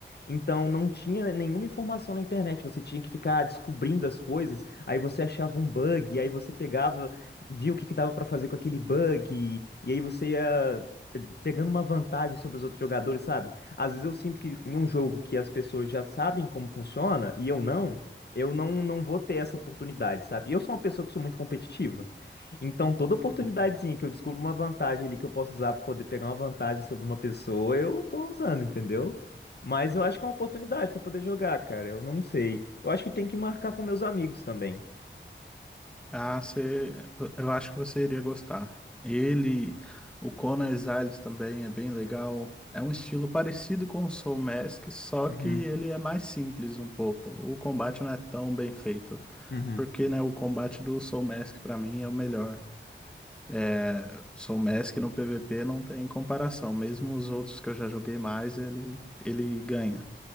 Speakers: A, on the left (about 55°); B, in the centre.
A: Então, não tinha nenhuma informação na internet, você tinha que ficar descobrindo as coisas, aí você achava um bug, aí você pegava, via o que que dava pra fazer com aquele bug, e aí você ia pegando uma vantagem sobre os outros jogadores, sabe? Às vezes eu sinto que em um jogo que as pessoas já sabem como funciona e eu não, eu não, não vou ter essa oportunidade, sabe? E eu sou uma pessoa que sou muito competitiva. Então, toda oportunidadezinha
B: Uhum.
A: que eu descubro uma vantagem ali que eu posso usar para poder pegar uma vantagem sobre uma pessoa, eu tô usando, entendeu? Mas eu acho que é uma oportunidade para poder jogar, cara. Eu não sei. Eu acho que tem que marcar com meus amigos também.
B: Ah, você, eu acho que você iria gostar. Ele, o Conan Exiles também é bem legal. É um estilo parecido com o Soul Mask, só
A: Uhum,
B: que ele é mais simples um pouco. O combate não é tão bem feito.
A: uhum.
B: Porque, né, o combate do Soul Mask pra mim é o melhor. É, Soul Mask no PVP não tem comparação. Mesmo os outros que eu já joguei mais, ele, ele ganha.